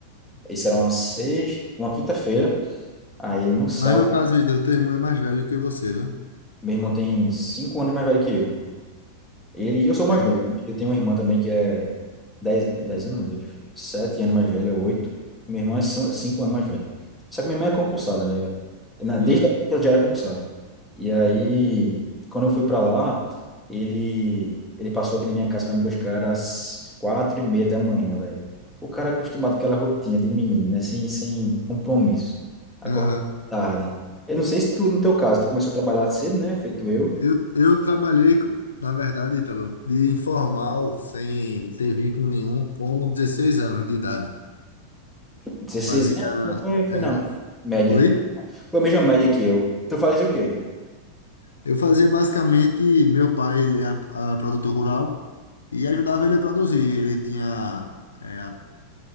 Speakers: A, in the centre; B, on the left.
A: isso era uma seis, uma quinta-feira. Aí no sábado,
B: Mas no caso, Ítalo, teu irmão é mais velho que você, né?
A: meu irmão tem cinco anos mais velho que eu. Ele, e eu sou mais
B: Entendi.
A: novo. né? Eu tenho uma irmã também que é dez, dez anos, meu Deus, sete anos mais velha, oito. Meu irmão é são- cinco anos mais velho. Só que minha irmã é concursada, né? Eu- na- Desde
B: Hum.
A: que ela já era concursada. E aí, quando eu fui para lá, ele ele passou aqui na minha casa para me buscar às quatro e meia da manhã, velho. O cara é acostumado com aquela rotina de menino, né? Sem, sem compromisso. Acorda
B: Aham.
A: tarde. Eu não sei se tu, no teu caso, tu começou a trabalhar cedo, né? Feito eu.
B: Eu, eu trabalhei, co- na verdade, Ítalo, de informal, sem ter vínculo nenhum, com 16 anos de idade.
A: 16
B: Fazia.
A: anos, não foi, foi
B: É.
A: não. Média.
B: Oi?
A: Foi a mesma média que eu. Tu fazes o quê?
B: Eu fazia basicamente, meu pai, ele é a- a produtor rural e ajudava ele a produzir. Ele tinha é, a-